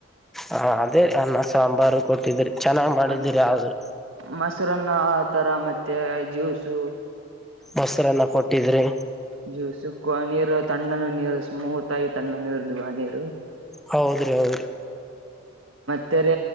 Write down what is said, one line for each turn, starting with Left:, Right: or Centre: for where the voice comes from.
Centre: ಹ ಅದೇ ಅನ್ನ ಸಾಂಬಾರು ಕೊಟ್ಟಿದ್ರಿ ಚೆನ್ನಾಗ್ ಮಾಡಿದಿರಿ
Right: ಅ
Centre: ಆದ್ರ
Right: ಮೊಸರನ್ನ ಆ ತರ ಮತ್ತೆ ಜ್ಯೂಸು
Centre: ಬಸರನ್ನ ಕೊಟ್ಟಿದ್ರೆ
Right: ಜ್ಯೂಸ್ ಕ ನೀರು ತಣ್ಣನು ನೀರು ಸ್ಮೂತ್ ಆಗಿ ತಣ್ಣನು ಇರ್ದುವ ನೀರು
Centre: ಹೌದ್ರಿ ಹೌದ್ರಿ
Right: ತ್ತೇರೆ